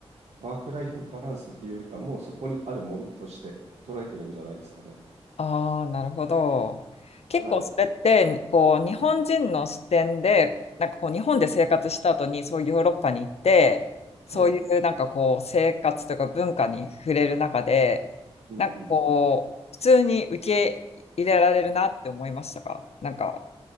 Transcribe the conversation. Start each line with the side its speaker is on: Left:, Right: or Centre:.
Right: ワークライフバランスっていうよりかもうそこにあるものとして捉えてるんじゃないですかね。
Left: ああ、なるほど。結構それって、
Right: はい。
Left: こう、日本人の視点で、なんかこう、日本で生活した後に、そういうヨーロッパに行って、
Right: はい。
Left: そういうなんかこう、生活とか文化に触れる中で、
Right: うんうん。
Left: なんかこう、普通に受け入れられるなって思いましたかなんか、